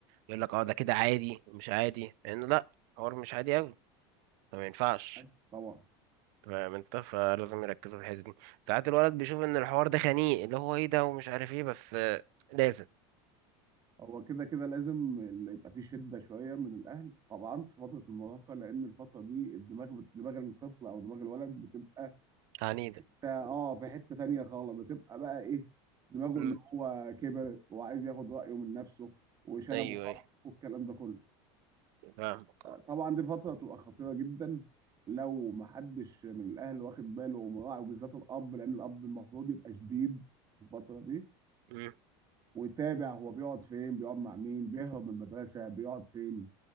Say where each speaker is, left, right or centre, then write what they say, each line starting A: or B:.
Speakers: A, on the right (about 65°); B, on the right (about 25°).
A: يقول لك اه ده كده عادي مش عادي لأنه لأ حوار مش عادي أوي فما ينفعش
B: آه، طبعا
A: فاهم انت فلازم يركزوا في الحته دي ساعات الولد بيشوف ان الحوار ده خنيق اللي هو ايه ده ومش عارف ايه بس آه، لازم
B: هو كده كده لازم اللي يبقى فيه شدة شوية من الأهل طبعا في فترة المراهقة لأن الفترة دي الدماغ بت- دماغ الطفل أو دماغ الولد بتبقى
A: عنيدة
B: في آه في حتة تانية خالص بتبقى بقى إيه دماغه
A: امم
B: إن هو كبر وعايز ياخد رأيه من نفسه وشنب
A: ايوه
B: وخط
A: ايوه
B: والكلام ده كله
A: فاهمك
B: آه،
A: اه
B: طبعا دي فترة تبقى خطيرة جدا لو محدش من الأهل واخد باله ومراعي وبالذات الأب لأن الأب المفروض يبقى شديد في الفترة دي
A: امم
B: ويتابع هو بيقعد فين بيقعد مع مين بيهرب من المدرسة بيقعد فين